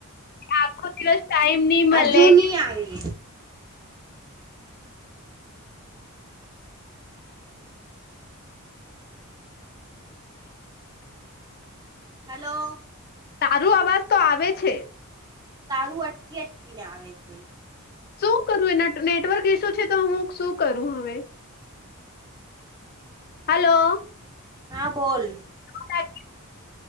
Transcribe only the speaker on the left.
આખો દિવસ ટાઈમ ની
મલે
તારું અવાજ તો આવે છે.
શું કરું એ નેટવર્ક એસો છે તો હું શું કરું હવે. હલો.
સા <unintelligible>